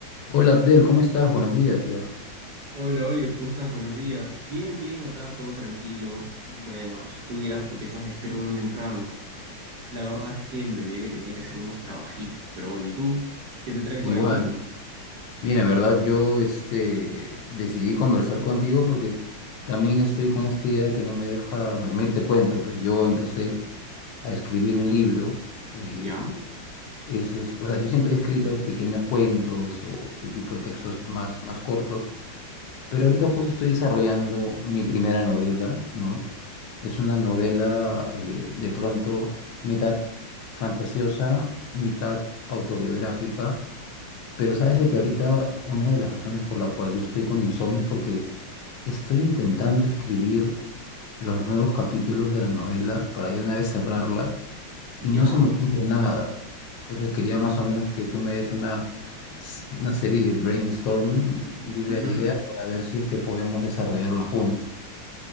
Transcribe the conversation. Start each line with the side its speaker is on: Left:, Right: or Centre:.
Left: Hola Abdel, ¿cómo estás? Buenos días ya.
Right: Hola Oliver, ¿cómo estás? Buenos días. Bien, bien, acá todo tranquilo. Bueno, tú dirás por qué estás despierto tan temprano. La verdad es que me olvidé que tenía que hacer unos trabajitos, pero bueno, ¿y tú? ¿Qué te trae por
Left: Igual.
Right: aquí?
Left: Mira, en verdad yo este, decidí conversar contigo porque también estoy con esta idea que no me deja dormir. Te cuento, pues yo empecé a escribir un libro. eh,
Right: ¿Ya?
Left: es, es- o sea, yo siempre he escrito pequeños cuentos o ese tipo de textos más, más cortos, pero ahorita justo estoy desarrollando mi primera novela, ¿no? Es una novela eh, de pronto mitad fantasiosa, mitad autobiográfica Pero sabes de que ahorita una de las razones por la cual yo estoy con insomnio es porque estoy intentando escribir los nuevos capítulos de la novela para ya de una vez cerrarla
Right: ¿Ya?
Left: y no se me ocurre nada. Entonces quería más o menos que tú me des una, s- una serie de brainstorming, lluvia
Right: Ujú.
Left: de ideas, para ver si es que podemos desarrollarla juntos.